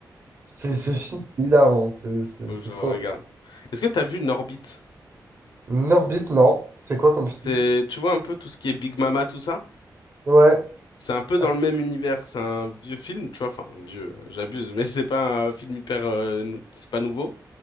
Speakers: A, on the right (about 35°); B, on the left (about 85°).
A: c'est
B: Faut
A: ce
B: que je
A: film, c'est hilarant, c'est c'est-
B: faut
A: c'est
B: que je
A: trop...
B: regarde. Est-ce que t'as vu Norbit?
A: Norbit, non. C'est quoi comme
B: C'est,
A: film?
B: tu vois un peu tout ce qui est Big Mama, tout ça?
A: Ouais.
B: C'est un peu dans
A: Ah,
B: le même univers, c'est un vieux film, tu vois, enfin vieux, euh, j'abuse, mais c'est pas un film hyper, euh, nou- c'est pas nouveau,